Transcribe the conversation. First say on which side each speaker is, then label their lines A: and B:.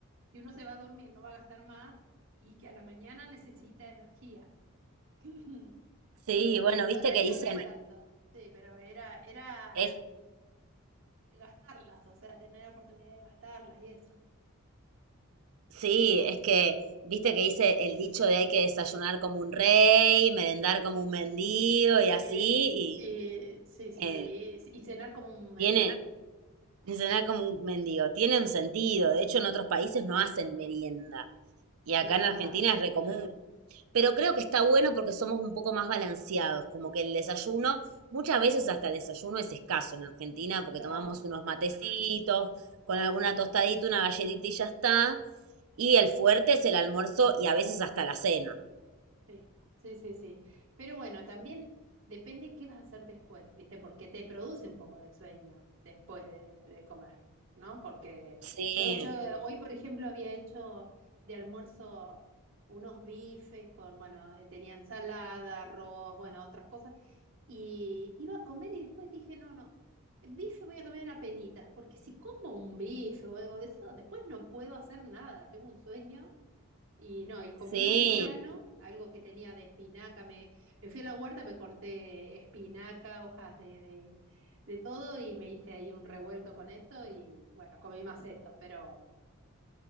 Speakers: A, on the right (about 60°); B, on the right (about 75°).
A: Si uno se va a dormir, no va a gastar más y que a la mañana necesita energía. <clears throat>
B: Sí,
A: Pero
B: bueno,
A: bueno,
B: viste
A: el horario
B: que dicen,
A: no es tanto. Sí, pero era, era
B: es,
A: gastarlas, o sea, tener la oportunidad de gastarlas y eso.
B: sí, es que, viste que dice el dicho de hay que desayunar como un rey, merendar como un mendigo y así,
A: Sí,
B: y
A: y, sí, sí,
B: eh,
A: sí. Y y cenar como un mendigo.
B: tiene, Me suena como un mendigo. Tiene un sentido. De hecho, en otros países no hacen merienda. Y
A: Claro,
B: acá en Argentina es re común. Pero creo que está bueno porque somos un poco más balanceados. Como que el desayuno, muchas veces hasta el desayuno es escaso en Argentina porque
A: claro.
B: tomamos unos matecitos, con alguna tostadita,
A: Sí,
B: una galletita y ya está. Y el fuerte es el almuerzo y a veces hasta la cena.
A: sí, sí, sí. sí. Pero bueno, también depende qué vas a hacer después, ¿viste? Porque te produce un poco de sueño después de, de comer, ¿no? Porque
B: Sí,
A: yo, yo hoy, por ejemplo, había hecho de almuerzo unos bifes con, bueno, eh, tenía ensalada, arroz, bueno, otras cosas. Y iba a comer y después dije, no, no, bife voy a comer a penitas, porque si como un bife o algo de eso, después no puedo hacer nada, tengo un sueño. Y no, y comí
B: sí.
A: más liviano, algo que tenía de espinaca. Me, me fui a la huerta, me corté espinaca, hojas de, de, de todo y me hice ahí un revuelto con eso y bueno, comí más eso Pero